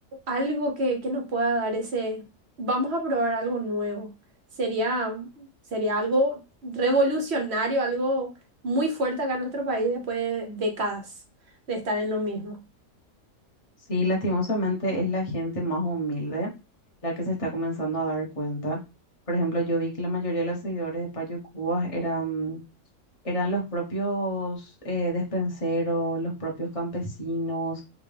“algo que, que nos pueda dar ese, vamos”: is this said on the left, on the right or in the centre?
Right